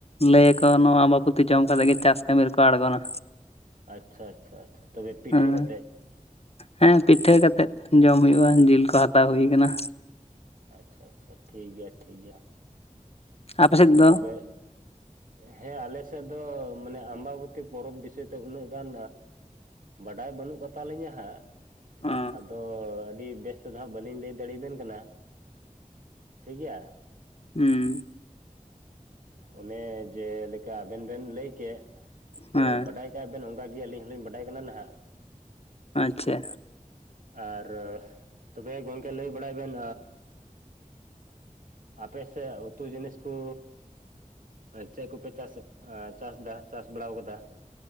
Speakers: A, on the left (about 45°); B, on the right (about 75°).
A: ᱞᱟᱹ ᱟᱠᱚ ᱱᱚᱣᱟ ᱵᱟᱵᱚᱛᱚᱛ ᱡᱚᱢ ᱠᱟᱛᱮᱮᱫ ᱜᱮ ᱪᱟᱥ ᱠᱟᱹᱢᱤ ᱨᱮᱠᱚ ᱟᱬᱜᱚᱱᱟ᱾
B: ᱟᱪᱪᱷᱟ ᱟᱪᱪᱷᱟ ᱛᱚᱵᱮ ᱯᱤᱴᱷᱟᱹ
A: ᱦᱮᱸ
B: ᱠᱟᱛᱮᱫ
A: ᱦᱮᱸ ᱯᱤᱴᱷᱟᱹ ᱠᱟᱛᱮᱜ ᱡᱚᱢ ᱦᱩᱭᱩᱜᱼᱟ ᱡᱤᱞ ᱠᱚ ᱦᱟᱛᱟᱣ ᱦᱩᱭ ᱠᱟᱱᱟ᱾
B: ᱟᱪᱪᱷᱟ ᱟᱪᱪᱷᱟ ᱴᱷᱤᱠ ᱜᱮᱭᱟ ᱴᱷᱤᱠ ᱜᱮᱭᱟ᱾
A: ᱟᱯᱮ ᱥᱮᱫ ᱫᱚ
B: ᱛᱚᱵᱮ ᱦᱮᱸ ᱟᱞᱮ ᱥᱮ ᱮᱫ ᱫᱚ ᱢᱟᱱᱮ ᱟᱢᱵᱟᱵᱚᱛᱤ ᱯᱚᱨᱚᱵᱽ ᱵᱤᱥᱚᱭ ᱛᱮ ᱩᱱᱟᱹᱜ ᱜᱟᱱ ᱵᱟᱰᱟᱭ ᱵᱟᱹᱱᱩᱜ ᱠᱟᱛᱟᱞᱤᱧᱟᱹ ᱦᱟᱸᱜ᱾
A: ᱦᱩᱸ
B: ᱟᱫᱚ ᱟᱹᱰᱤ ᱵᱮᱥ ᱛᱮᱫᱚ ᱦᱟᱸᱜ ᱵᱟᱹᱞᱤᱧ ᱞᱟᱹᱭ ᱫᱟᱲᱮᱭᱟᱵᱮᱱ ᱠᱟᱱᱟ᱾ ᱴᱷᱤᱠ ᱜᱮᱭᱟ᱾
A: ᱦᱮᱸ
B: ᱚᱱᱮ ᱡᱮᱞᱮᱠᱟ ᱟᱵᱮᱱ ᱵᱮᱱ ᱞᱟᱹᱭ ᱠᱮᱫ ᱛᱚ
A: ᱦᱮᱸ
B: ᱵᱟᱰᱟᱭ ᱠᱟᱜ ᱵᱮᱱ ᱚᱱ ᱜᱮ ᱟᱹᱞᱤᱧ ᱦᱚᱞᱤᱧ ᱵᱟᱰᱟᱭ ᱠᱟᱱᱟ ᱱᱟᱦᱱᱟᱜ
A: ᱟᱪᱪᱷᱟ
B: ᱟᱨ ᱛᱚᱵᱮ ᱜᱚᱢᱠᱮ ᱞᱟᱹᱭ ᱵᱟᱲᱟᱭ ᱵᱮᱱ ᱟᱯᱮ ᱥᱮ ᱩᱛᱩ ᱡᱤᱱᱤᱥ ᱠᱩ ᱪᱮᱫ ᱠᱚᱯᱮ ᱪᱟᱥ ᱪᱟᱥ ᱮᱟ ᱪᱟᱥ ᱵᱟᱲ ᱠᱟᱫᱟ᱾